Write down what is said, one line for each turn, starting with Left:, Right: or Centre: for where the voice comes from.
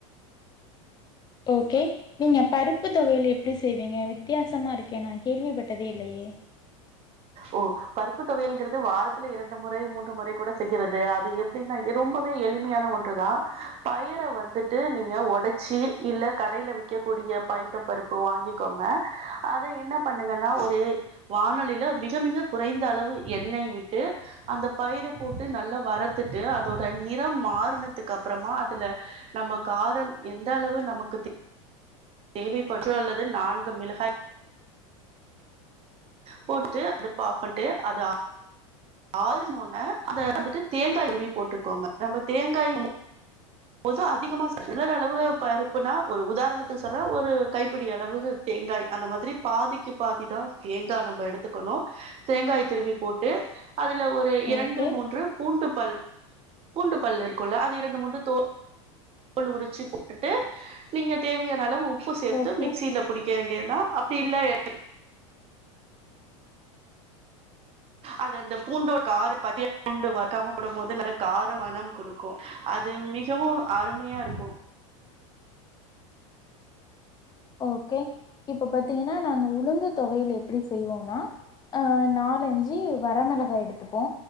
Left: ஓக்கே நீங்க பருப்பு தொவையல் எப்டி செய்வீங்க வித்தியாசமா இருக்கே நா கேள்விப்பட்டதே இல்லையே
Right: ஓ பருப்பு தொவையல்ங்கிறது வாரத்துல இரண்டு முறை மூன்று முறை கூட செய்றது அது எப்படின்னா ரொம்பவே எளிமையான ஒன்று ஒன்று தா பயிர வந்துட்டு நீங்க ஒடைச்சி இல்ல கடைல விக்கக்கூடிய பயிற பருப்பு வாங்கிக்கோங்க அத என்ன பண்ணுங்கன்னா ஒரு வானொலியில அப் மிக மிக குறைந்த அளவு எண்ணெய் விட்டு அந்த பயிரை போட்டு நல்லா வரத்துட்டு அதோட நிறம் மாறினதுக்கு அப்புறமா அதுல நம்ம காரம் எந்த அளவு நமக்கு தேவ தேவைப்படுர அல்லது நான்கு மிளகாய் போட்டு அடுப்ப ஆஃப் பன்ட்டு அத ஆஃப் ஆருனோன அத வந்துட்டு தேங்காய் துருவி போட்டுக்கோங்க நம்ப தேங்காய் போது அதிகமா உணர் அளவு பருப்புனா ஒரு உதாரணத்துக்கு சொல்றே ஒரு கைப்பிடி அளவு தேங்காய் அந்த மாதிரி பாதிக்கு பாதி தா தேங்கா நம்ப எடுத்துக்கணு தேங்காய் திருவி போட்டு அதுல ஒரு இரண்டு
Left: ஓகே
Right: மூன்று பூண்டு பல் பூண்டு பல் இருக்குல்ல அது இரண்டு மூன்று தோல் தோல் உரிச்சுப் போட்டுட்டு நீங்க தேவையான அளவு உப்பு சேர்த்து
Left: ஓகே
Right: மிக்சியில புடி வேண்டியதுதா அப்டி இல்ல <inaudible> அது அந்த பூண்டோட கார பத்திய பூண்டு வருக்காம போடும்போது நல்ல கார மணம் குடுக்கும் அது மிகவு அருமையா இருக்கு
Left: ஓகே இப்ப பாத்தீங்கென்னா நாங்க உளுந்து தொவையல் எப் எப்புடி செய்வோன்னா அ நாலஞ்சு வரமெளகா எடுத்துப்போ